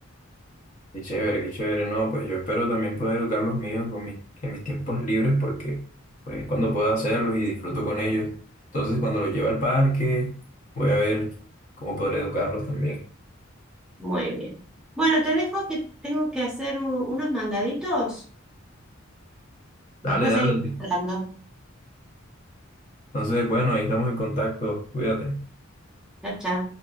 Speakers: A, on the left (about 35°); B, in the centre.
A: qué chévere, qué chévere, no, pues yo espero también poder educar los míos con mis, en mis tiempos libres porque pues cuando puedo hacerlos y disfruto con ellos. Entonces cuando los llevo al parque voy a ver cómo podré educarlos también.
B: Muy bien. Bueno, te dejo que tengo que hacer un- unos mandaditos, después
A: Dale, dale.
B: seguimos hablando.
A: Entonces, bueno, ahí estamos en contacto. Cuídate.
B: Chao, chao.